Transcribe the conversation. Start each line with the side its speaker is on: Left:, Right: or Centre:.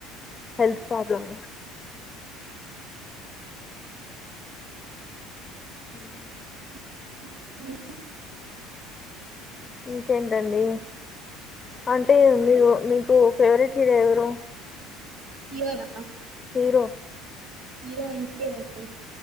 Left: హెల్త్ ప్రాబ్లమ్ మ్
Right: <unintelligible>
Left: ఇంకేంటండి అంటే మీరు మీ కు ఫేవరెట్ హరో ఎవరు
Right: హీరో నా
Left: హీరో
Right: హీరో ఎన్ టీ ఆ రండి